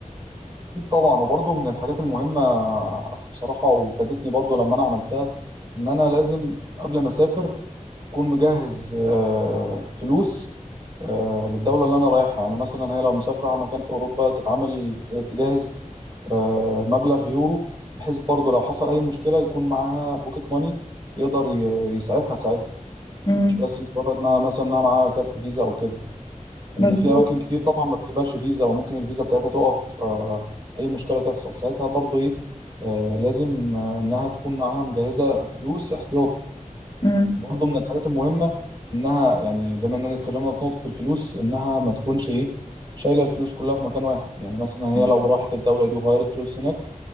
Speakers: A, on the right; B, on the left.
A: اكيد طبعا وبرضه من الحاجات المهمه بصراحه وفادتني برضه لما انا عملتها ان انا لازم قبل ما اسافر اكون مجهز آه، فلوس آه، للدوله اللي انا رايحها يعني مثلا هي لو مسافره مكان في اوروبا تتعامل ت- تجهز آه، مبلغ يورو بحيث برضه لو حصل اي مشكله يكون معاها بوكيت ماني يقدر ي- يسعفها ساعتها
B: مم.
A: مش بس مجرد ما مثلا انها معاها كارت فيزا او كده ان
B: مظبوط
A: في اماكن كتير طبعا ما بتقبلش فيزا وممكن الفيزا بتاعتها تقف آه، اي مشكله تحصل ساعتها برضو ايه آه، لازم آه، انها تكون معاها مجهزه فلوس احتياطي
B: مم.
A: برضو من الحاجات المهمه انها يعني بما اننا اتكلمنا في نقطه الفلوس انها ما تكونش ايه شايله الفلوس كلها في مكان واحد يعني مثلا هي
B: مم.
A: لو راحت الدوله دي وغيرت فلوس هناك